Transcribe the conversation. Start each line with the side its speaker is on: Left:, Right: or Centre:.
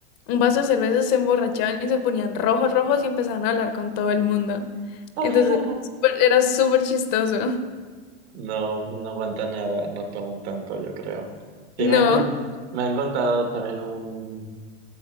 Left: un vaso de cerveza, se emborrachaban y se ponían rojos, rojos y empezaban a hablar con todo el mundo.
Right: <laughs>
Left: Entonces era súper era súper chistoso.
Right: No, no aguantan nada, no toman tanto, yo creo. Sí,
Left: No,
Right: me han, con- me han contado también un...